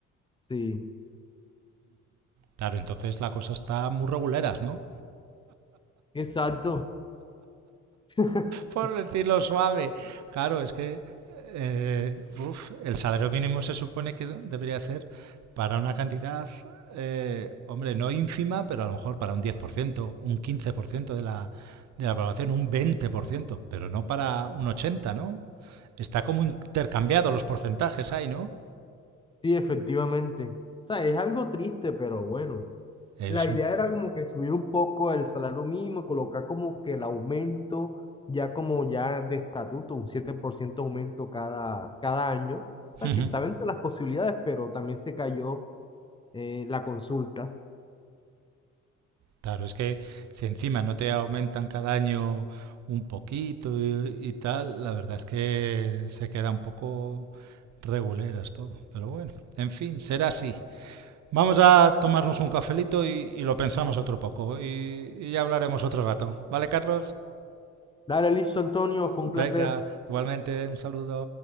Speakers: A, on the left; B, on the right.
A: Sí,
B: Claro, entonces la cosa está muy reguleras, ¿no?
A: exacto. <laughs>
B: por decirlo suave. Claro, es que eh, uf, el salario mínimo se supone que debería ser para una cantidad, eh, hombre, no ínfima, pero a lo mejor para un 10%, un 15% de la, de la población, un 20%, pero no para un 80%, ¿no? Está como intercambiado los porcentajes ahí, ¿no?
A: Sí, efectivamente. O sea, es algo triste, pero bueno.
B: Es
A: La idea
B: un...
A: era como que subir un poco el salario mínimo, colocar como que el aumento ya como ya de estatuto, un 7% aumento cada, cada año. O sea,
B: Ujú.
A: que estaba entre las posibilidades, pero también se cayó eh, la consulta.
B: Claro, es que si encima no te aumentan cada año un poquito y, y tal, la verdad es que se queda un poco reguleras todo. Pero bueno, en fin, será así. Vamos a tomarnos un cafelito y, y lo pensamos otro poco y, y ya hablaremos otro rato. ¿Vale, Carlos?
A: Dale, listo, Antonio, fue
B: Venga,
A: un placer.
B: igualmente, un saludo.